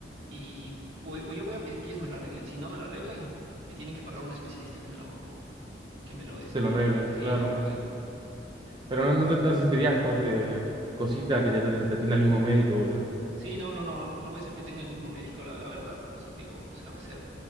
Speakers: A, on the right (about 85°); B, on the right (about 25°).
A: Y voy- voy- yo voy a pedir que ellos me lo arreglen. Si no me lo arreglen, me tienen que pagar un especialista que me lo, que me lo, este,
B: Se lo arregle,
A: sí,
B: claro.
A: que me lo arregle.
B: Pero no, no te, no te sentirías, corte, cosita que te, te, te atienda el mismo médico, boludo.
A: Sí, no, no, no, no voy a ser que tenga el mismo médico, la, la verdad, por eso te digo, o sea, va a ser, va